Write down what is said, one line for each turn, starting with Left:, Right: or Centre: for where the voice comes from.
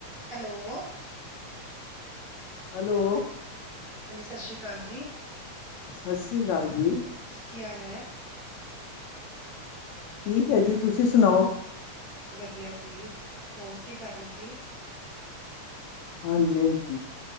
Right: Hello hello
Left: hello.
Right: ਹਾਂਜੀ ਸਸ਼੍ਰੀ ਕਾਲ ਜੀ।
Left: ਸਸ੍ਰੀ ਕਾਲ ਜੀ।
Right: ਕੀ ਹਾਲ ਐ?
Left: ਠੀਕ ਹੈ ਜੀ ਤੁਸੀਂ ਸੁਣਾਓ।
Right: ਵਧੀਆ ਜੀ, ਹੋਰ ਕੀ ਕਰ ਰਹੇ ਸੀ।
Left: ਹਾਂਜੀ-ਹਾਂਜੀ